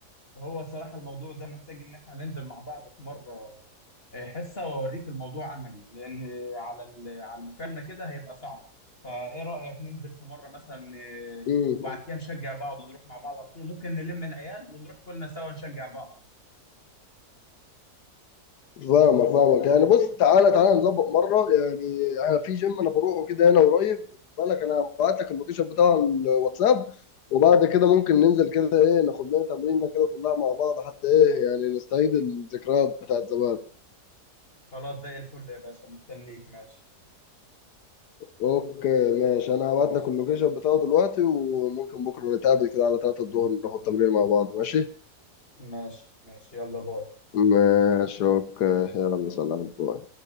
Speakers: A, on the left; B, on the left.
A: هو صراحة الموضوع ده محتاج إن إحنا ننزل مع بعض في مرة آه، حصة وأوريك الموضوع عملي لأن على ال- على المكالمة كده هيبقى صعب فإيه رأيك ننزل في مرة مثلا آه،
B: امم
A: وبعد كده نشجع بعض ونروح مع بعض على طول ممكن نلم العيال ونروح كلنا سوا نشجع بعض
B: فاهمك فاهمك يعني بص تعالى تعالى نظبط مرة يعني انا في جيم انا بروحه كده هنا قريب بالك انا هبعت لك اللوكيشن بتاع الواتساب وبعد كده ممكن ننزل كده ايه ناخد لنا تمرينة كده كلها مع بعض حتى ايه يعني نستعيد الذكريات بتاعت زمان
A: خلاص زي الفل يا باشا مستنيك ماشي
B: اوكي ماشي انا هبعت
A: ماشي
B: لك اللوكيشن بتاعه دلوقتي وممكن بكرة نتقابل كده على 3 الظهر ناخد تمرين مع بعض ماشي
A: ماشي ماشي يلا باي
B: ماشي اوكي يلا سلام باي